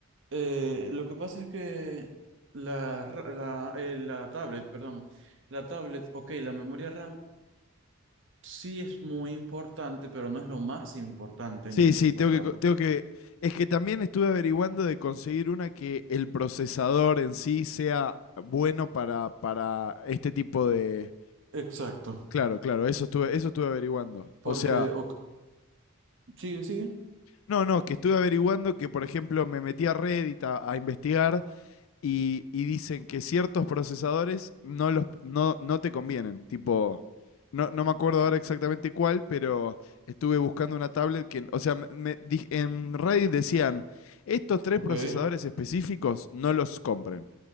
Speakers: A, on the right; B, on the left.
A: Eh, lo que pasa es que la, ra- la, eh, la tablet, perdón. La tablet, ok, la memoria RAM sí es muy importante, pero no es lo más importante
B: Sí,
A: en
B: sí, tengo
A: la tablet.
B: que, tengo que... Es que también estuve averiguando de conseguir una que el procesador en sí sea bueno para, para este tipo de...
A: Exacto.
B: Claro, claro, eso estuve, eso estuve averiguando.
A: Porque.
B: O sea,
A: ok, sigue, sigue.
B: no, no, que estuve averiguando que, por ejemplo, me metí a Reddit a, a investigar y, y dicen que ciertos procesadores no, los, no, no te convienen. Tipo, no, no me acuerdo ahora exactamente cuál, pero estuve buscando una tablet que, o sea, me- me di- en Reddit decían, estos tres
A: Ok.
B: procesadores específicos no los compren.